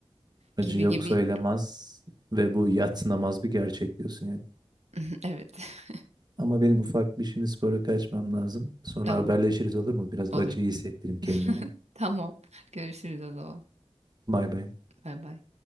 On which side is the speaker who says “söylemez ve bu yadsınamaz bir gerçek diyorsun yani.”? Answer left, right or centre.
Right